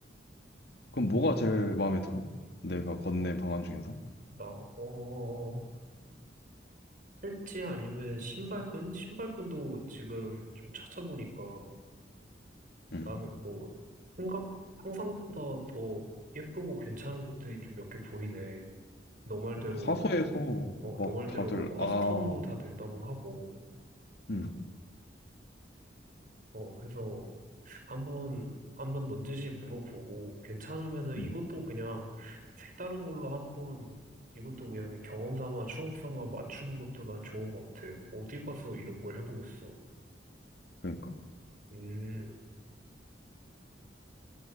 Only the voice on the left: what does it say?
그럼 뭐가 제일 마음에 들어? 내가 건넨 방안 중에서?
음.
사서에서
막
다들,
아,
음,
음,
그러니까.